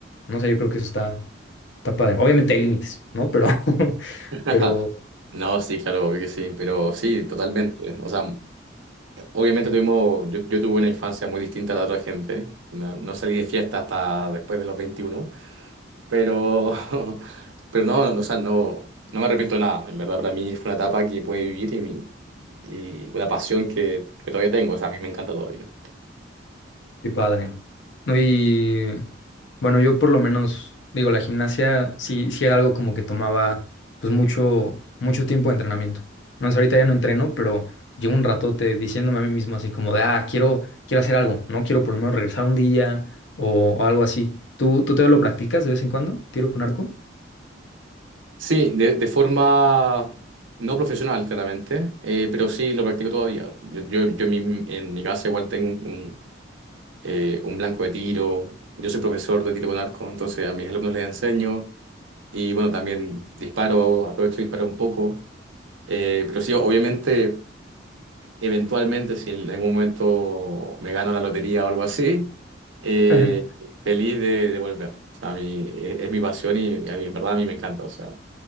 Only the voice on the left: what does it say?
No sé, yo creo que eso está, está padre. Obviamente hay límites, ¿no? Pero, <laughs>
pero
Qué padre. No, y bueno, yo por lo menos, digo, la gimnasia sí, sí era algo como que tomaba pues mucho, mucho tiempo de entrenamiento. No, o sea, ahorita ya no entreno, pero llevo un ratote diciéndome a mí mismo así como de, ah, quiero, quiero hacer algo, ¿no? Quiero por lo menos regresar un día o, o algo así. ¿Tú, tú te lo practicas de vez en cuando? ¿Tiro con arco?
<laughs>